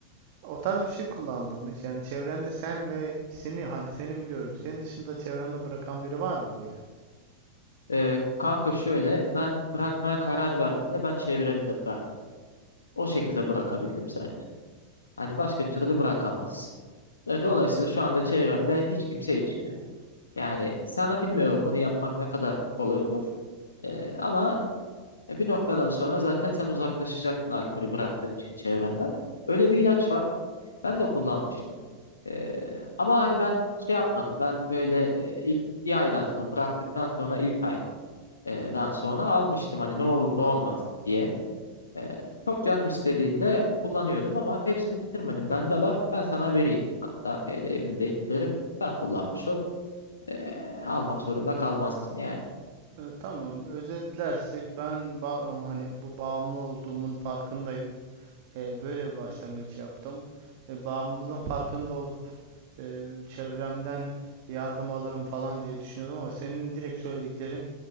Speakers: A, on the right; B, on the left.
A: O tarz bir şey kullandım hiç. Yani çevrende sen ve seni hadi seni biliyorum. Senin dışında çevrende bırakan biri var mı böyle?
B: Ee, kanka şöyle ben bırakmaya karar verdiğimde ben çevremi de bıraktım. O şekilde bırakabildim zaten. Hani başka türlü bırakamazsın. E, dolayısıyla
A: Aa,
B: şu anda çevremde hiç kimse içmiyor. Yani sana bilmiyorum bunu yapmak ne kadar kolay olur. Ee, ama E, bir noktadan sonra zaten sen uzaklaşacaksın alkolü bıraktığın için çevrenden. Öyle bir ilaç var. Ben de kullanmıştım. E, ama hani ben şey yapmadım. Ben böyle e, ilk bir aydan sonra bıraktıktan sonra ilk aydan sonra almıştım. Hani ne olur ne olmaz diye. E, çok canım istediğinde kullanıyordum ama hepsini bitirmedim. Bende var. Ben sana vereyim. Hatta e, evimdekileri sen kullanmış ol. E, almak zorunda kalmazsın yani.
A: E, tamam, özetlersek ben ba- hani bu bağımlı olduğumun farkındayım. E, böyle bir başlangıç yaptım. E, bağımlılığın farkında olup e, çevremden yardım alırım falan diye düşünüyordum ama senin direkt söylediklerin